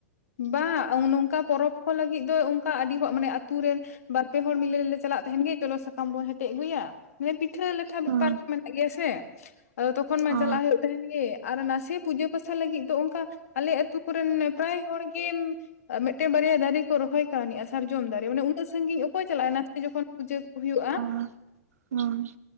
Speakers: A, on the left; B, on the right.
A: ᱵᱟᱝ ᱱᱚᱝᱠᱟ ᱯᱚᱨᱚᱵᱽ ᱠᱚ ᱞᱟᱹᱜᱤᱫ ᱫᱚ ᱚᱱᱠᱟ ᱟᱹᱰᱤ ᱦᱚᱲ ᱢᱟᱱᱮ ᱟᱹᱛᱩ ᱨᱮᱱ ᱵᱟᱨ ᱯᱮ ᱦᱚᱲ ᱢᱤᱞᱮᱞᱮ ᱪᱟᱞᱟᱜ ᱛᱟᱦᱮᱱ ᱜᱮ ᱪᱚᱞᱚ ᱥᱟᱠᱟᱢ ᱵᱚᱱ ᱦᱮᱴᱮᱡ ᱟᱹᱜᱩᱭᱟ ᱢᱟᱱᱮ ᱯᱤᱴᱷᱟᱹ ᱞᱟᱴᱷᱟ
B: ᱦᱩᱸ
A: ᱵᱮᱯᱟᱨ ᱠᱚ ᱢᱮᱱᱟᱜ ᱜᱮᱭᱟ ᱥᱮ ᱟᱫᱚ ᱛᱚᱠᱷᱚᱱ ᱢᱟ
B: ᱚ
A: ᱪᱟᱞᱟᱜ ᱦᱩᱭᱩᱜ ᱛᱟᱦᱮᱱ ᱜᱮ ᱟᱨ ᱱᱟᱥᱮ ᱯᱩᱡᱟᱹ ᱯᱟᱥᱟ ᱞᱟᱹᱜᱤᱫ ᱫᱚ ᱚᱱᱠᱟ ᱟᱞᱮ ᱟᱹᱛᱩ ᱠᱚᱨᱮᱱ ᱯᱨᱟᱭ ᱦᱚᱲᱜᱮ ᱟᱨ ᱢᱤᱫᱴᱮᱡ ᱵᱟᱨᱭᱟ ᱫᱟᱨᱮ ᱠᱚ ᱨᱚᱦᱚᱭ ᱠᱟᱣᱱᱤᱡ ᱟ ᱥᱟᱨᱡᱚᱢ ᱫᱟᱨᱮ ᱢᱟᱱᱮ ᱩᱱᱟᱹᱜ ᱥᱟᱺᱜᱤᱧ ᱚᱠᱚᱭ ᱪᱟᱞᱟᱜ-ᱟ ᱱᱟᱥᱮ ᱡᱚᱠᱷᱚᱱ ᱯᱩᱡᱟᱹ ᱦᱩᱭᱩᱜᱼᱟ
B: ᱚ ᱦᱩᱸ